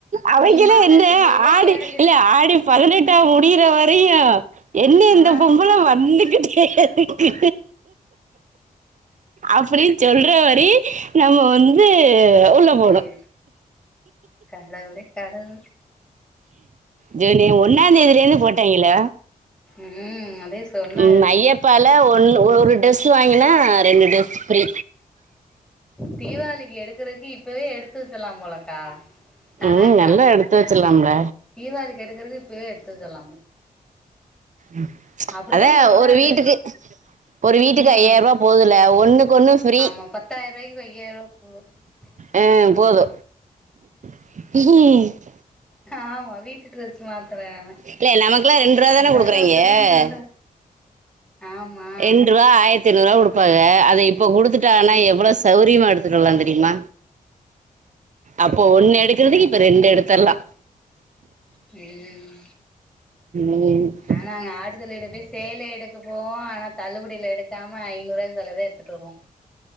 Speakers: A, on the right; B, in the centre.
A: அவைக்குல்ல
B: நீ மாங்கா
A: என்ன
B: திங்கிறக்கு
A: ஆடு
B: எனக்கு
A: இல்ல ஆடி பதினெட்டா முடியிற வரையு என்னா
B: ஆ
A: இந்த பொம்பல வந்துகிட்டே இருக்கு அப்படின் சொல்ற வரயு நம்ம வந்து
B: அது
A: உள்ள
B: சரி
A: போணு
B: கடவுளே கடவுளே
A: ஜூனு ஒன்னாந்தேதியில இருந்து போட்டாய்ங்கல்ல
B: ம் அதே சொன்னாங்க
A: ம் ஐயப்பால ஒன்னு ஒரு ட்ரரெஸ் வாங்கினா ரெண்டு ட்ரெஸ் ஃப்ரீ
B: தீபாவளிக்கு எடுக்கறக்கு இப்பவே எடுத்து வச்சலாம் போலக்கா தனாக்கா
A: ம் நல்லா எடுத்து வச்சிடலாம்ல
B: தீவாளிக்கு எடுக்கிறதுக்கு இப்பவயே எடுத்து வச்சுல்லாம்
A: ம்
B: அப்படிதா
A: அதா
B: சொல்றாரு
A: ஒரு வீட்டுக்கு ஒரு வீட்டுக்கு
B: இங்கேயும்
A: ஐயாயிரரூவா போதுல ஒண்ணுக்கு ஒண்ணு ஃப்ரீ
B: ஆமா பத்தாயிர ரூபாய்க்கு ஐயாயிர ரூபா <inaudible>
A: ஆ போது <inaudible>
B: ஆமா வீட் டு ட்ரெஸ் மாத்துற அவ
A: இல்ல நமக்கெல்லா ரெண்டு ரூபா தான
B: எல்லாரு
A: குடுக்குறாய்ங்க
B: அப்டிதா பன்ற ஆமா
A: எண்ட்ரூவா ஆயிரத்திஐநூரூவா குடுப்பாக அத இப்ப குடுத்துட்டான்னா எவ்வளோ சௌரியமா எத்துட்டு வரலா தெரியுமா அப்போ ஒண்ணு எடுக்கறதுக்கு இப்ப ரெண்டு எடுத்தர்லா
B: ம்
A: நீ
B: ஆனா நா ஆடுதல்ல எடுப்பே சேல எடுக்க போவோ ஆனால தள்ளுபடியில எடுக்காம ஐநூறுூவா செலவே எடுத்துட்டு வருவோ